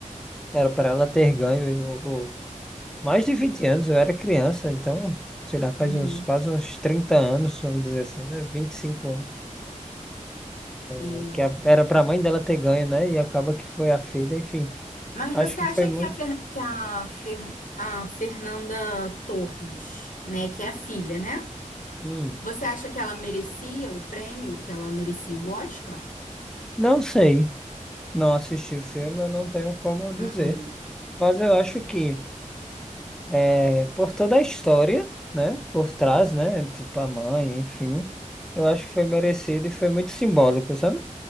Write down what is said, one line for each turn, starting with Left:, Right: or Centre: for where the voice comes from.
Centre: Era para ela ter ganho. eu- eu- Mais de 20 anos, eu era criança, então, sei lá, faz
Left: Uhum.
Centre: uns quase uns 30 anos, vamos dizer assim, né? vinte e cinco anos.
Left: E
Centre: né? Que a- era para a mãe dela ter ganho, né? E acaba que foi a filha, enfim.
Left: Mas
Centre: Acho
Left: você
Centre: que
Left: acha
Centre: foi
Left: que
Centre: muito.
Left: a, Fer- que a, Fer- a Fernanda Torres, né, que é a filha, né?
Centre: Uhum.
Left: Você acha que ela merecia o prêmio, que ela merecia o Oscar?
Centre: Não sei, não assisti o filme, eu não tenho como dizer.
Left: Uhum.
Centre: Mas eu acho que é, por toda a história, né, por trás, né, tipo a mãe, enfim, eu acho que foi merecido e foi muito simbólico, sabe?